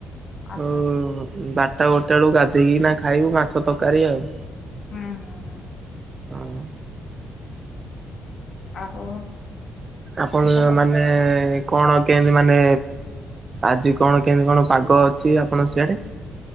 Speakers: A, on the left; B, on the right.
A: ଆଚ୍ଛା
B: ହଉ
A: ଆଚ୍ଛା
B: ବାରଟା ଗୋଟେ ବେଳକୁ ଗାଧେଇକି ନା ଖାଇବୁ ମାଛ ତରକାରୀ ଆଉ।
A: ହୁଁ ହୁଁ ହୁଁ।
B: ହୁଁ।
A: ଆଉ
B: ଆପଣ
A: ଆଉ କଣ
B: ମାନେ କଣ କେମିତି ମାନେ ଆଜି କଣ କେମତି କଣ ପାଗ ଅଛି, ଆପଣ ସିଆଡେ?